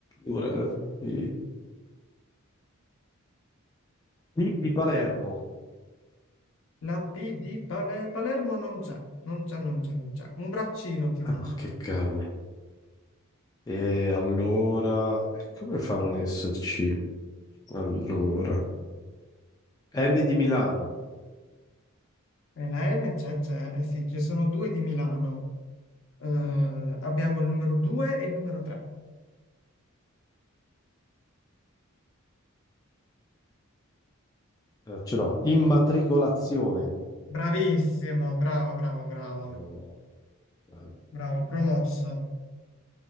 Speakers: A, on the left; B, on the left.
A: Ora, eh, Di, di Palermo.
B: La P di Pale- Palermo non c'è, non c'è, non c'è, non c'è. Un braccino ti faccio.
A: Ah, ma che cavolo. E allora, come fa a non esserci? Allora, M di Milano.
B: E la M c'è, c'è, eh sì, ci sono due di Milano. Eh, abbiamo il numero 2 e il numero 3.
A: Eh, ce l'ho, immatricolazione.
B: Bravissimo, bravo, bravo, bravo.
A: Eh, dai.
B: Bravo, promosso.